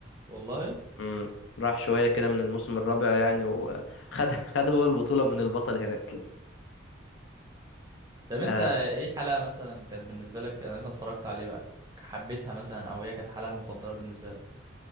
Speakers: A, on the right; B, on the left.
A: والله
B: امم راح شوية كده من الموسم الرابع يعني وخد <laughs> خد هو البطولة من البطل هناك
A: طب
B: آه
A: أنت إيه الحلقة مثلا كانت بالنسبة لك أنا أنت اتفرجت عليه بقى حبيتها مثلا أو هي كانت الحلقة المفضلة بالنسبة لك